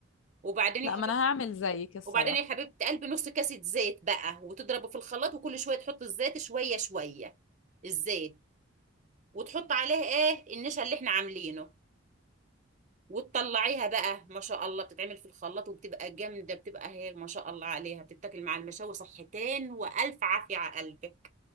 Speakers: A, on the right; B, on the left.
A: وبعدين
B: لا
A: يا
B: ما
A: حبيبتي
B: انا هعمل زيك الصراحة
A: وبعدين يا حبيبتي قلبي نص كاسة زيت بقى وتضربه في الخلاط وكل شويه تحط الزيت شويه شويه الزيت وتحط عليه ايه النشا اللي احنا عاملينه وتطلعيها بقى ما شاء الله بتتعمل في الخلاط وبتبقى جامده بتبقى هيك ما شاء الله عليها بتتاكل مع المشاوي صحتين والف عافيه على قلبك